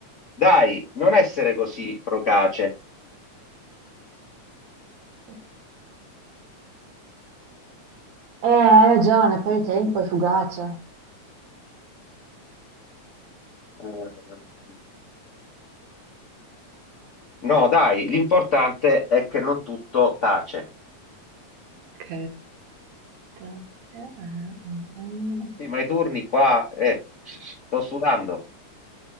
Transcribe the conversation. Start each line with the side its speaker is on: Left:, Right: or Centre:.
Left: Dai, non essere così procace.
Right: Eh, hai ragione, poi il tempo è fugace.
Left: Eh, No, dai, l'importante è che non tutto tace.
Right: Ok. Tazza, ah, ah, ah.
Left: Sì, ma i turni qua, eh, sto sudando.